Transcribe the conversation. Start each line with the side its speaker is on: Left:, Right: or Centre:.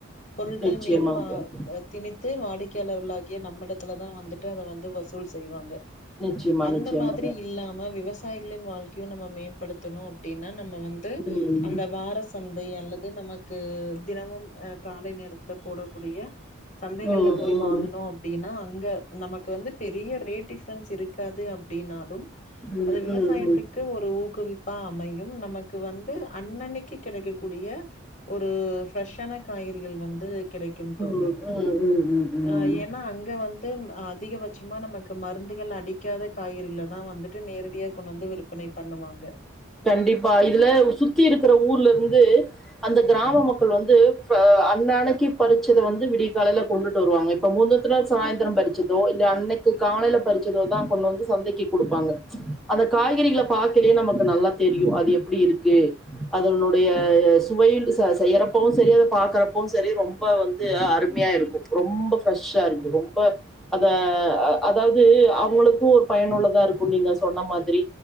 Left: பொருட்கள்
Centre: நிச்சயமாங்க
Left: மீது வா
Centre: தோழி
Left: அ திணித்து வாடிக்கையாளர்களாகிய நம்மிடத்துலதா வந்துட்டு அத வந்து வசூல் செய்வாங்க
Centre: நிச்சயமா
Left: அந்த
Centre: நிச்சயமாங்க
Left: மாதி இல்லாம விவசாயிகளின் வாழ்க்கியு நம்ம மேம்படுத்தணு அப்டின்னா நம்ம வந்து
Centre: உம்
Left: அந்த வார சந்தை அல்லது நமக்கு தினமும் அ காலை நேரத் துல போடக்கூடிய சந்தைகள்ல
Centre: உம் உம்
Left: போய் வாங்கணு அ ப்டின்னா அங்க நமக்கு வந்து பெரிய ரேட் டிஃப்ரன்ஸ் இருக்காது அப்டின்னா
Centre: உம்
Left: அது விவசாயத்துக்கு
Centre: உம் உம் உம்
Left: ஒரு ஊக்குவிப் பா அமையும் நமக்கு வந்து அன்னன்னைக்கி கெடைக்க கூடிய ஒரு ஃப்ரெஷ்ஷான காய்கறிகள் வந்து கிடைக்கும் தோழி
Centre: உம் உம் உம்
Left: ஆ
Centre: உம்
Left: ஏன்னா அங்க வந் து அதிகபட்சமா நமக்கு மருந்துகள் அடிக்காத காய்கறிக்ளதா வந்துட்டு நேரடியா கொண்ட் வந்து விறுப் பனை பண்ணுவாங்க
Centre: கண்டிப்பா இதுல சுத்தி இருக்கிற ஊர்ல இருந்து அந்த கிராம மக்கள் வந்து ஃப அன்னான்னைக்கு பறிச்சத வந்து விடிய காலையில கொண்டுட்டு வருவாங்க இப்ப மூந்தத்த் நாள் சாயந்திரம் பறிச்சதோ இல்ல அன்னைக்கு காலையில பறிச்சதோதா கொண்டு வந்து சந்தைக்கு குடுப்பாங்க அந்த காய்கறிகள பாக்கலயே நமக்கு நல்லா தெரியு அது எப்படி இருக்கு அதனுடைய சுவையில் ச செய்றப்பவு செரி அத பாக்றப்பவு செரி ரொம்ப வந் து அருமையா இருக்கு ரொம்ப ஃப்ரெஷ்ஷா இருக்கு ரொம்ப அத அதாவது அவுங்களுக்கு ஒரு பயனுள்ளதா இருக்கு நீங்க சொன்ன மாதரி